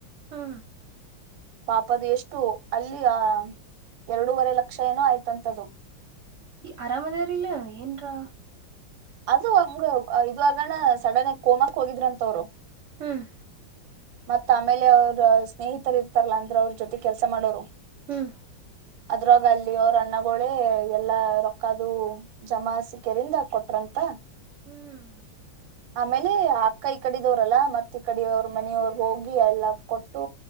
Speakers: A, on the right; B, on the right.
A: ಹಾ
B: ಪಾಪದ ಎಷ್ಟು ಅಲ್ಲಿ ಆ ಎರಡೂವರೆ ಲಕ್ಷ ಏನೋ ಆಯ್ತಂಥ್ದು
A: ಈ ಅರಾಮದಾರಲ ಏನ್ಾ
B: ಅದು ಹಂಗ ಇದ ಆಾಗಣ ಸಡನ್ ಆಗಿ ಕೋಮಕ್ ಹೋಗಿದ್ರಂತವ್ರು
A: ಹ್ಮ್
B: ಮತ್ತ ಆಮೇಲೆ ಅವ್ರ ಸ್ನೇಹಿತರು ಇರ್ತಾರಲ್ಲಾ ಅಂದ್ರ ಅವ್ರ ಜೊತೆ ಕೆಲ್ಸ ಮಾಡೋರು
A: ಹ್ಮ
B: ಅದ್ರಾಗ ಅಲ್ಲಿ ಅವ್ರ ಅಣ್ಣಗಳೇ ಎಲ್ಲಾ ರೊಕ್ಕದು ಜಮಾ ಸಿಿಕರಿಿಂದ ಕೊಟ್ರಂತ
A: ಹ್ಮ್
B: ಆಮೇಲೆ ಅಕ್ಕ ಈ ಕಡಿದವ್ರಲ್ಲ ಮತ್ತತ್ ಈ ಕಡೆಯವರು ಮನೆಯವರು ಹೋಗಿ ಎಲ್ಲ ಕೊಟ್ಟು